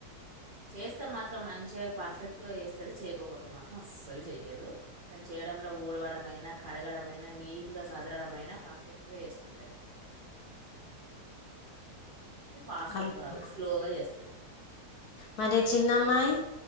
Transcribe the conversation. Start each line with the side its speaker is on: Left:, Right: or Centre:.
Right: చేస్తే మాత్రం మంచిగ పర్ఫెక్ట్గా చేస్తది చేయకపోతే మాత్రం అస్సలు చెయ్యదు కానీ చేయడంలో ఊడవడం అయినా కడగడం అయిన నీట్ గా సదరడం మయినా పర్ఫెక్ట్ గా చేసుకుంటది అది ఫాస్ట్
Left: వాళ్ళు
Right: గాదు స్లోగా చేస్తది
Left: మరి చిన్నమ్మాయి